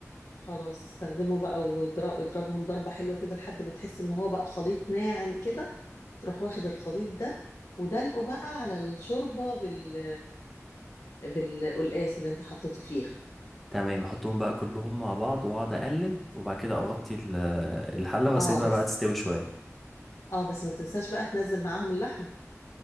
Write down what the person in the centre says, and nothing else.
تمام احطهم بقى كلهم مع بعض واقعد اقلب وبعد كده اغطي ال- الحله واسيبها
بقى تستوي شويه